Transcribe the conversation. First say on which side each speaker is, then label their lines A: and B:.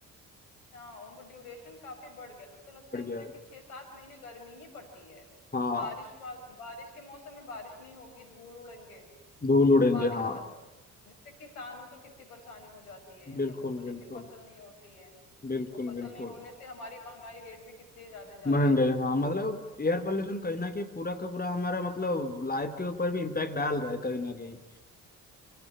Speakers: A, on the left; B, on the left.
A: हाँ उनको ड्यूरेशन काफी बढ़ गया अब तो लगता
B: पड़
A: है
B: गया
A: मुझे
B: है
A: कि छह सात महीने गर्मी ही पड़ती है
B: हाँ
A: बारिश वाल बारिश के मौसम में बारिश नहीं होगी धूल उड़ेंगे
B: धूल
A: और
B: उड़ेंगे
A: वो बारिश
B: हाँ
A: सब- जिससे किसानों को कितनी परेशानी हो जाती है इन
B: बिल्कुल
A: सबों को
B: बिल्कुल
A: लेके फसल नहीं होती है
B: बिल्कुल
A: और फसल
B: बिल्कुल
A: नहीं होने से हमारी महंगाई रेट भी कितने ज्यादा जा
B: महंगाई
A: रहे हैं
B: हाँ मतलब एयर पोल्यूशन कहीं ना कहीं पूरा का पूरा हमारा मतलब लाइफ के ऊपर भी इम्पैक्ट डाल रहा है कहीं ना कहीं